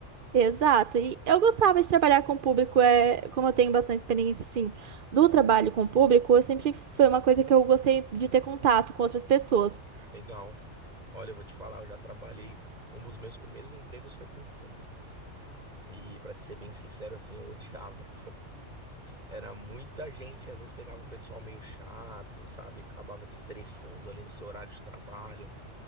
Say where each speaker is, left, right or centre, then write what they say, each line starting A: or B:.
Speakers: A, on the right; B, on the right.
A: Exato, e
B: Sim.
A: eu gostava de trabalhar com o público, é, como eu tenho bastante experiência, assim, do trabalho com o público, eu sempre foi uma coisa que eu gostei de ter contato com outras pessoas.
B: Legal. Olha, eu vou te falar, eu já trabalhei. Um dos meus primeiros empregos foi com o público. E pra te ser bem sincero, assim, eu odiava. Era muita gente, às vezes pegava um pessoal meio chato, sabe? Acabava te estressando ali no seu horário de trabalho